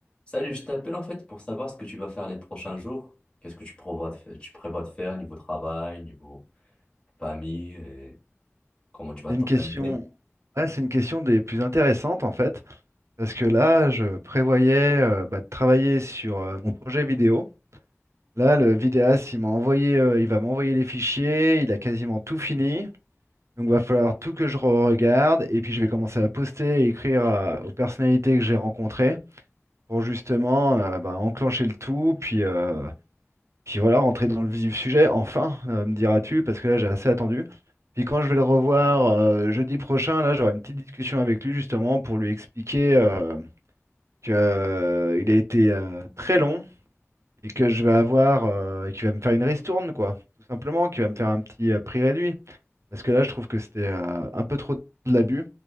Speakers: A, on the left (about 20°); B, on the right (about 75°).
A: Salut, je t'appelle en fait pour savoir ce que tu vas faire les prochains jours. Qu'est-ce que tu prévois de faire, tu prévois de faire niveau travail, niveau famille et comment tu vas
B: C'est
A: t'organiser?
B: une question, ah, c'est une question des plus intéressantes en fait, parce que là, je prévoyais euh, bah, de travailler sur euh, mon projet vidéo. Là, le vidéaste, il m'a envoyé, euh, il va m'envoyer les fichiers, il a quasiment tout fini. Donc, va falloir tout que je regarde et puis je vais commencer à poster et écrire à- aux personnalités que j'ai rencontrées pour justement euh, bah, enclencher le tout, puis euh, puis voilà, rentrer dans le vif du sujet, enfin, euh, me diras-tu, parce que là j'ai assez attendu. Puis quand je vais le revoir euh, jeudi prochain, là j'aurai une petite discussion avec lui justement pour lui expliquer euh, que euh, il a été euh, très long et que je vais avoir euh, et qu'il va me faire une ristourne quoi, tout simplement, qu'il va me faire un petit euh, prix réduit. Parce que là je trouve que c'était euh, un peu trop de l'abus.